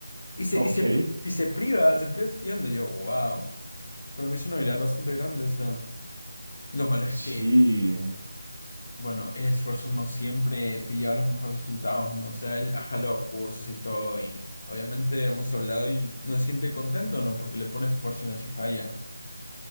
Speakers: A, on the right; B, on the left.
A: <laughs>
B: Y se,
A: Ok,
B: y se, pri- y se priva, se priva estudiando, y yo, wow, para mí es una habilidad bastante grande esa. Lo malo
A: sí.
B: es que, bueno, el esfuerzo no siempre te lleva a los mejores resultados, ¿no? O sea, él ha jalado cursos y todo, y obviamente hemos hablado y no se siente contento, ¿no? Porque le pone esfuerzo y aún así falla.